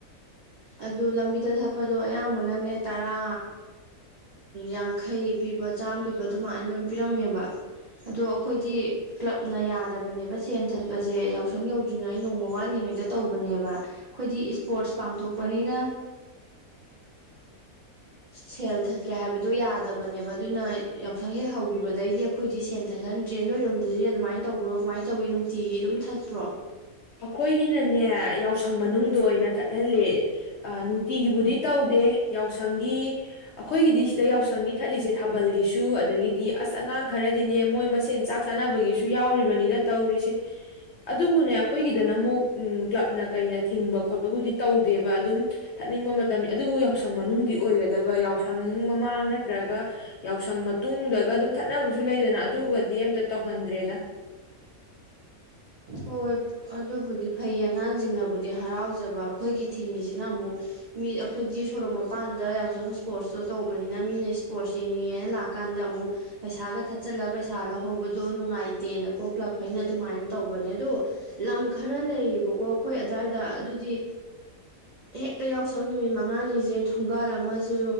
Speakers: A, on the right (about 60°); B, on the left (about 65°).
A: ꯑꯗꯨ ꯂꯝꯕꯤꯗ ꯊꯛꯄꯗꯣ ꯑꯌꯥꯝꯕꯅꯅꯦ ꯇꯔꯥ ꯌꯥꯡꯈꯩ ꯄꯤꯕ ꯆꯥꯝꯃ ꯄꯤꯕ ꯑꯗꯨꯃꯥꯏꯅ ꯂꯣꯏ ꯄꯤꯔꯝꯃꯦꯕ ꯑꯗꯣ ꯑꯩꯈꯣꯏꯗꯤ ꯀ꯭ꯂꯞꯅ ꯌꯥꯗꯕꯅꯦꯕ ꯁꯦꯟ ꯊꯛꯄꯁꯦ ꯌꯥꯎꯁꯪ ꯌꯧꯗ꯭ꯔꯤꯉꯩ ꯅꯣꯡꯃ ꯋꯥꯠꯂꯤꯉꯩꯗ ꯇꯧꯕꯅꯦꯕ ꯑꯩꯈꯣꯏꯗꯤ ꯏꯁꯄꯣꯔꯠꯁ ꯄꯥꯡꯊꯣꯛꯄꯅꯤꯅ ꯁꯦꯜ ꯊꯠꯀꯦ ꯍꯥꯏꯕꯗꯣ ꯌꯥꯗꯕꯅꯦꯕ ꯑꯗꯨꯅ ꯌꯥꯎꯁꯪ ꯍꯦꯛ ꯍꯧꯈꯤꯕꯗꯩꯗꯤ ꯑꯩꯈꯣꯏꯗꯤ ꯁꯦꯜ ꯊꯠꯍꯟꯗ꯭ꯔꯦ ꯅꯣꯏꯔꯣꯝꯗꯗꯤ ꯑꯗꯨꯃꯥꯏꯅ ꯇꯧꯕ꯭ꯔꯣ ꯀꯃꯥꯏꯅ ꯇꯧꯒꯦ ꯅꯨꯡꯇꯤꯒꯤ ꯑꯗꯨꯝ ꯊꯠꯄ꯭ꯔꯣ?
B: ꯑꯩꯈꯣꯏꯒꯤꯅꯅꯦ ꯌꯥꯎꯁꯪ ꯃꯅꯨꯡꯗ ꯑꯣꯏꯅ ꯊꯠꯍꯜꯂꯦ ꯅꯨꯡꯇꯤꯒꯤꯕꯨꯗꯤ ꯇꯧꯗꯦ ꯌꯥꯎꯁꯪꯒꯤ ꯑꯩꯈꯣꯏꯒꯤꯗꯤ ꯁꯤꯗ ꯌꯥꯎꯁꯪꯒꯤ ꯊꯠꯂꯤꯁꯦ ꯊꯥꯕꯜꯒꯤꯁꯨ ꯑꯗꯒꯤꯗꯤ ꯑꯁ ꯑꯉꯥꯡ ꯈꯔꯗꯤꯅꯦ ꯃꯣꯏ ꯃꯁꯦꯟ ꯆꯥꯛ ꯆꯥꯅꯕꯒꯤꯁꯨ ꯌꯥꯎꯔꯤꯕꯅꯤꯗ ꯇꯧꯔꯤꯁꯦ ꯑꯗꯨꯕꯨꯅꯦ ꯑꯩꯈꯣꯏ ꯑꯩꯒꯤꯗꯅ ꯑꯃꯨꯛ ꯎ ꯀ꯭ꯂꯕꯅ ꯀꯩꯅ ꯊꯤꯡꯕ ꯈꯣꯠꯄꯕꯨꯗꯤ ꯇꯧꯗꯦꯕ ꯑꯗꯨꯝ ꯊꯠꯅꯤꯡꯕ ꯃꯇꯝꯅꯤ ꯑꯗꯨꯕꯨ ꯌꯥꯎꯁꯪ ꯃꯅꯨꯡꯗꯗꯤ ꯑꯣꯏꯒꯗꯕ ꯌꯥꯎꯁꯪ ꯌꯥꯎꯁꯪ ꯃꯃꯥꯡ ꯅꯠꯇ꯭ꯔꯒ ꯌꯥꯎꯁꯪ ꯃꯇꯨꯡꯗꯒ ꯑꯗꯨꯝ ꯊꯠꯅꯕꯁꯨ ꯂꯩꯗꯅ ꯑꯗꯨꯒꯗꯤ ꯑꯝꯇ ꯇꯧꯍꯟꯗ꯭ꯔꯦꯗ
A: ꯍꯣꯏ ꯑꯗꯨꯕꯨꯗꯤ ꯐꯩꯌꯦ ꯑꯉꯥꯡꯁꯤꯡꯅꯕꯨꯗꯤ ꯍꯔꯥꯎꯖꯕ ꯑꯩꯈꯣꯏꯒꯤ ꯊꯤꯡꯉꯤꯁꯤꯅ ꯑꯃꯨꯛ ꯃꯤ ꯑꯩꯈꯣꯏꯗꯤ ꯁꯣꯔꯣꯛ ꯃꯄꯥꯟꯗ ꯌꯥꯎꯁꯪ ꯏꯁꯄꯣꯔꯠꯁꯇꯣ ꯇꯧꯕꯅꯤꯅ ꯃꯤꯅ ꯏꯁꯄꯣꯔꯠꯁ ꯌꯦꯡꯅꯤꯡꯉꯦꯅ ꯂꯥꯛꯀꯥꯟꯗ ꯑꯃꯨꯛ ꯄꯩꯁꯥꯒ ꯊꯠꯆꯜꯂ ꯄꯩꯁꯥ ꯂꯧꯍꯧꯕꯗꯣ ꯅꯨꯡꯉꯥꯏꯇꯦꯅꯀꯣ ꯀ꯭ꯂꯕꯈꯩꯅ ꯑꯗꯨꯃꯥꯏꯅ ꯇꯧꯕꯅꯦ ꯑꯗꯣ ꯂꯝ ꯈꯔ ꯂꯩꯌꯦꯕꯀꯣ ꯑꯩꯈꯣꯏ ꯑꯗꯨꯋꯥꯏꯗ ꯑꯗꯨꯗꯤ ꯍꯦꯛꯇ ꯌꯥꯎꯁꯪ ꯅꯨꯃꯤꯠ ꯃꯉꯥꯅꯤꯁꯦ ꯊꯣꯡꯒꯥꯜ ꯑꯃꯁꯨ